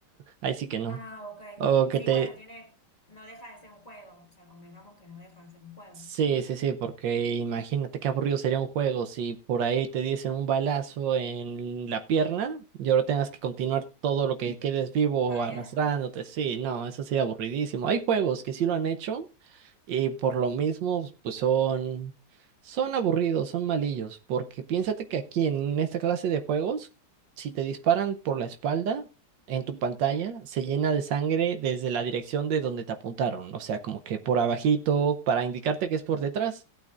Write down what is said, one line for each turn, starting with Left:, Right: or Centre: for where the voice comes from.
Right: ahí sí que no.
Left: Ah, ok.
Right: O que
Left: Sí,
Right: te
Left: bueno, tiene, no deja de ser un juego. O sea, convengamos que no deja de ser un juego.
Right: Sí, sí, sí, porque imagínate qué aburrido sería un juego si por ahí te diesen un balazo en la pierna y ahora tengas que continuar todo lo que quedes vivo
Left: Javier.
Right: arrastrándote. Sí, no, eso sería aburridísimo. Hay juegos que sí lo han hecho, y por lo mismo, pues son, son aburridos, son malillos, porque piénsate que aquí en esta clase de juegos, si te disparan por la espalda, en tu pantalla se llena de sangre desde la dirección de donde te apuntaron, o sea, como que por abajito, para indicarte que es por detrás.